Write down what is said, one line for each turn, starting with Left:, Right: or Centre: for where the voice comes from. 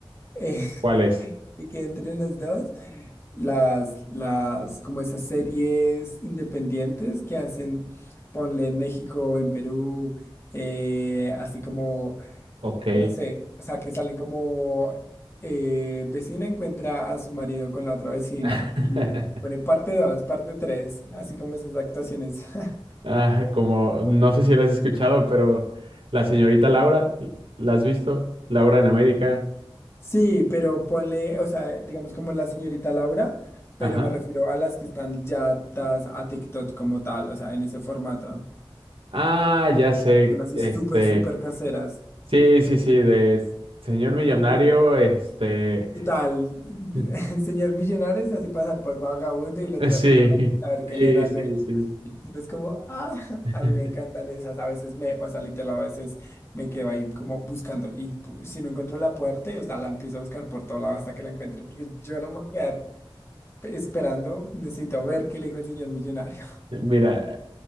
Left: <laughs>
Right: ¿Cuál es?
Left: y que entren las dos, las, las, como esas series independientes que hacen, ponle en México, en Perú, eh, así como,
Right: Ok.
Left: eh, no sé, o sea, que salen como eh, vecina encuentra a su marido con la otra vecina
Right: <laughs>
Left: y pone parte 2 parte 3 así como esas actuaciones. <laughs>
Right: Ah, como, no sé si la has escuchado, pero la señorita Laura, ¿la has visto? Laura en América.
Left: Sí, pero ponle, o sea, digamos como la señorita Laura,
Right: Ajá.
Left: pero me refiero a las que están ya atadas a TikTok como tal, o sea, en ese formato.
Right: Ah, ya sé,
Left: Son así
Right: este,
Left: súper, súper caseras.
Right: sí, sí, sí, de señor millonario,
Left: Como,
Right: este,
Left: total, <laughs>
Right: <laughs>
Left: el señor millonario se hace pasar por vagabundo y lo tratan
Right: sí,
Left: mal, a ver qué
Right: sí,
Left: le era al
Right: sí,
Left: dueño.
Right: sí.
Left: Y es como, ah, <laughs>
Right: <laughs>
Left: a mí me encantan esas. A veces me, o sea, literal, a veces me quedo ahí como buscando. Y bu- si no encuentro la puerta, o sea, la empiezo a buscar por todo lado hasta que la encuentre, porque yo no me voy a quedar pe- esperando. Necesito ver qué le dijo el señor millonario.
Right: Mira,